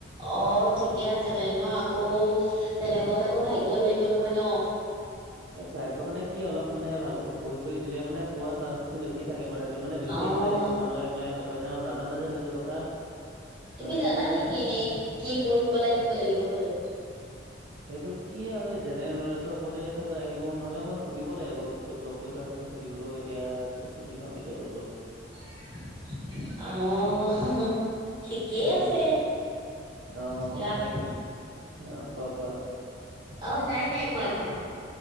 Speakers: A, on the right; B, on the right.
A: অ ঠিকে আছে তে ন আকৌ তেনেকুৱাত আকৌ ভাগ্যও লাগিব নহয় ন!
B: এ ভাগ্য মানে কি অলপ মানে ভালকৈ পঢ়ি চহি দিলে মানে পোৱা চাঞ্চ টো বেছি থাকে মানে সেইটো মানে বেছি
A: অ'।
B: এপ্লাই মানুহে এপ্লাই নকৰে যে আৰু নাজানে যে যিটো কথা।
A: তুমি
B: মানে
A: জানা
B: কি
A: নেকি
B: হয়
A: এনেই কি পঢ়ি পেলাই দিব লাগিব সেইটো?
B: এইটো কি আৰু এই জেনেৰেল নলেজৰ ওপৰতে <inaudible> আহিবও নহলে মই শুধিব লাগিব পিছে ব্লক কৰি থোৱা আছে নহয় শুধিবলেও এতিয়াৰ পিছত সুধিম আৰু কেতিয়াবা ব্লক
A: <inaudible> ঠিকেই
B: অঁ,
A: আছে
B: অঁ
A: এইবিলাক
B: মানে কি? অঁ কোৱা কোৱা।
A: অঁ নাই নাই কোৱা কোৱা।